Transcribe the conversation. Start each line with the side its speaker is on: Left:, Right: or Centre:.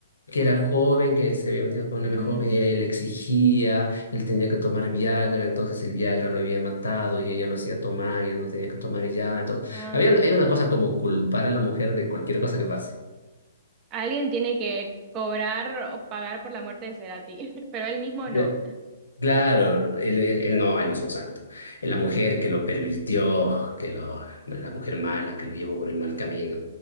Left: que era joven, que él se había metido con
Right: Mm,
Left: una joven y ella le exigía, él tenía que tomar Viagra, entonces el Viagra lo había matado y ella lo hacía tomar y él no tenía que tomar y ya Entonces,
Right: ah.
Left: había, hay una cosa como culpar a la mujer de cualquier cosa que pase.
Right: Alguien tiene que cobrar o pagar por la muerte de Cerati, <laughs> pero él mismo no.
Left: Cla- Claro, él, él, él no, él no es un santo. Es la mujer que lo pervirtió, que lo, la mujer mala que lo llevó por el mal camino.